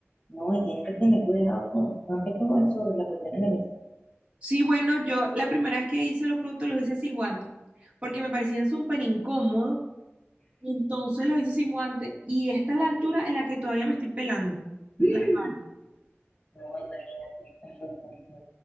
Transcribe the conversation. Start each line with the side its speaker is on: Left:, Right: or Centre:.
Left: No, y tienes que tener cuidado con, más que todo eso de las cuestiones de los...
Right: Sí, bueno, yo la primera vez que hice los productos los hice sin guantes, porque me parecían súper incómodos. Entonces los hice sin guantes y esta es la altura en la que todavía me estoy pelando
Left: Mm.
Right: las manos.
Left: No, imagínate, estás loco, no,